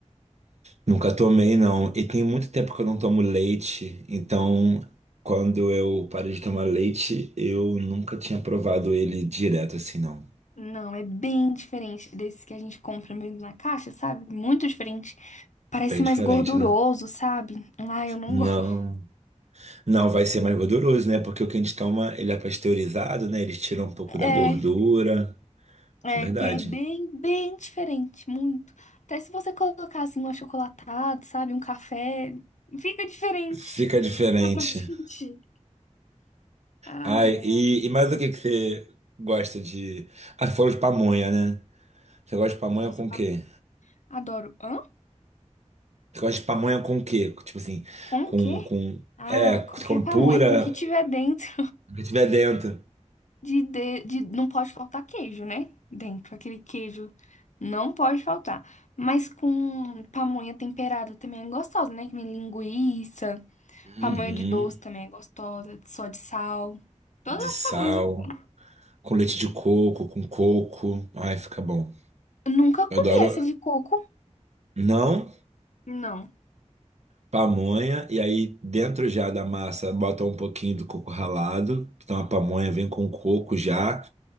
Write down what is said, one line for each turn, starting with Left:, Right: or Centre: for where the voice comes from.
Right: Nunca tomei, não. E tem muito tempo que eu não tomo leite, então quando eu parei de tomar leite, eu nunca tinha provado ele direto assim, não.
Left: Não, é bem diferente desses que a gente compra mesmo na caixa, sabe? Muito diferente. Parece
Right: Bem
Left: mais
Right: diferente,
Left: gorduroso,
Right: né?
Left: sabe? Ah, eu não
Right: Não,
Left: <laughs> gosto.
Right: não vai ser mais gorduroso, né? Porque o que a gente toma, ele é pasteurizado, né? Eles tiram um pouco
Left: É,
Right: da gordura.
Left: é,
Right: É verdade.
Left: tem- é bem, bem diferente, muito. Até se você colocar assim um achocolatado, sabe? Um café, fica diferente.
Right: Fica diferente.
Left: Dá pra <laughs> sentir. Ai,
Right: Ai, e,
Left: ai.
Right: e mais o que que você gosta de. Ah, você falou de pamonha, né? Você gosta de pamonha
Left: Nossa,
Right: com
Left: pamonha.
Right: o quê?
Left: Adoro. Hã?
Right: Você gosta de pamonha com o quê? Tipo assim,
Left: Com
Right: com,
Left: o quê?
Right: com...
Left: Ah,
Right: É,
Left: qualquer
Right: você come
Left: pamonha,
Right: pura,
Left: com o que tiver dentro.
Right: o que tiver dentro.
Left: de, de, de- não pode faltar queijo, né? Dentro, aquele queijo não pode faltar. Mas com pamonha temperada também é gostosa, né? Que vem linguiça,
Right: Uhum.
Left: pamonha de doce também é gostosa, só de sal. Todas
Right: De
Left: as
Right: sal,
Left: pamonhas eu como.
Right: com leite de coco, com coco. Ai, fica bom.
Left: Eu nunca comi
Right: Eu adoro.
Left: essa de coco.
Right: Não,
Left: Não.
Right: pamonha, e aí dentro já da massa bota um pouquinho do coco ralado. Então a pamonha vem com coco já.